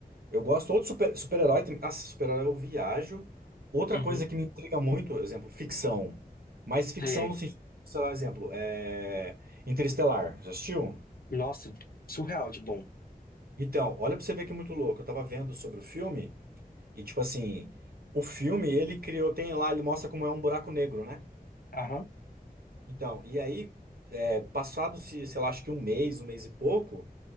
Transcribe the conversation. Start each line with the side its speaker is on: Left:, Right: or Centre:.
Right: Eu gosto ou de super- super-herói. também. ah, super-herói eu viajo. Outra
Left: Uhum.
Right: coisa que me intriga muito, exemplo, ficção. Mas ficção
Left: Sei.
Right: no sentido, sei lá, exemplo, é... Interestelar. Já assistiu?
Left: Nossa, surreal de bom.
Right: Então, olha pra você ver que é muito louco. Eu tava vendo sobre o filme e, tipo assim, o filme ele criou, tem lá, ele mostra como é um buraco negro, né?
Left: Aham.
Right: Então, e aí, é, passado, se, sei lá, acho que um mês, um mês e pouco,